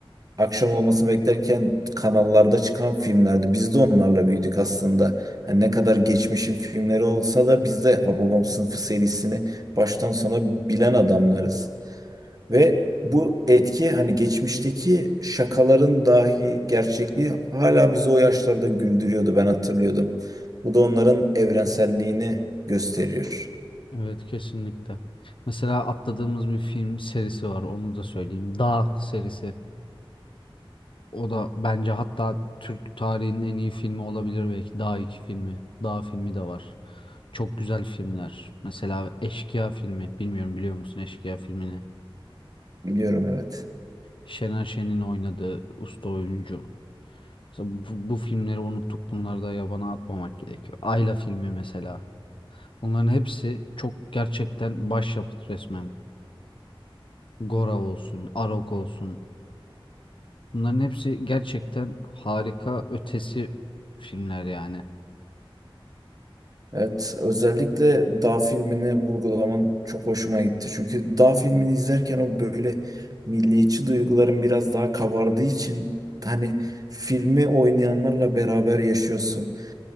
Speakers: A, on the right; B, on the left.
A: akşam olmasını beklerken kanallarda çıkan filmlerdi. Biz de onlarla büyüdük aslında. Yani ne kadar geçmişin filmleri olsa da biz de Hababam Sınıfı serisini baştan sona bilen adamlarız. Ve bu etki hani geçmişteki şakaların dahi gerçekliği hala bizi o yaşlarda güldürüyordu ben hatırlıyordum. Bu da onların evrenselliğini gösteriyor.
B: Evet kesinlikle. Mesela atladığımız bir film serisi var onu da söyleyeyim. Dağ serisi. O da bence hatta Türk tarihinin en iyi filmi olabilir belki. Dağ iki filmi. Dağ filmi de var. Çok güzel filmler. Mesela Eşkıya filmi. Bilmiyorum biliyor musun Eşkıya filmini?
A: Biliyorum evet.
B: Şener Şen'in oynadığı usta oyuncu. Mesela bu, bu filmleri unuttuk. Bunları da yabana atmamak gerekiyor. Ayla filmi mesela. Bunların hepsi çok gerçekten başyapıt resmen. Gora olsun, Arok olsun. Bunların hepsi gerçekten harika ötesi filmler yani.
A: Evet, özellikle Dağ filmini vurgulaman çok hoşuma gitti. Çünkü Dağ filmini izlerken o böyle milliyetçi duyguların biraz daha kabardığı için hani filmi oynayanlarla beraber yaşıyorsun.